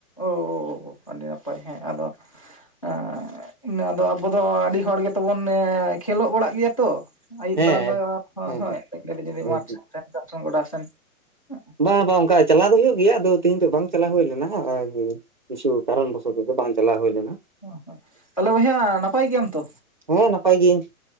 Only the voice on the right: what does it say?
ᱦᱮᱸ
ᱦᱮᱸ
ᱦᱮᱸ
ᱵᱟᱝ ᱵᱟᱝ ᱚᱱᱠᱟ ᱪᱟᱞᱟᱣ ᱫᱚ ᱦᱩᱭᱩᱜ ᱜᱮᱭᱟ ᱟᱫᱚ ᱛᱮᱹᱦᱤᱧ ᱫᱚ ᱵᱟᱝ ᱪᱟᱞᱟᱣ ᱦᱳᱭ ᱞᱮᱱᱟ ᱠᱤᱪᱷᱩ ᱠᱟᱨᱚᱱ ᱵᱚᱥᱚᱛ ᱛᱮ ᱵᱟᱝ ᱪᱟᱞᱟᱣ ᱦᱳᱭ ᱞᱮᱱᱟ᱾
ᱦᱮᱸ ᱱᱟᱯᱟᱭ ᱜᱤᱭᱟᱧ ᱾